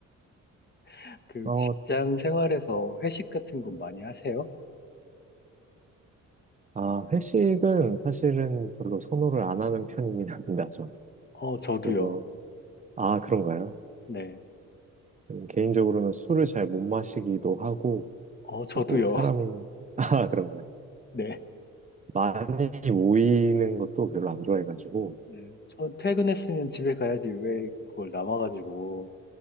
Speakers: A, on the left; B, on the right.
A: <laughs> 그
B: 어,
A: 직장 생활에서 회식 같은 거 많이 하세요?
B: 아, 회식은 사실은 별로 선호를 안 하는 편이긴 합니다, 저는.
A: 어, 저도요.
B: 그래서, 아, 그런가요?
A: 네.
B: 음, 개인적으로는 술을 잘 못 마시기도 하고,
A: 어, 저도요.
B: 그리고 사람이,
A: <laughs>
B: <laughs> 아, 그런가요?
A: 네.
B: 많이 모이는 것도 별로 안 좋아해가지고,
A: 네. 전 퇴근했으면 집에 가야지 왜 그걸 남아가지고,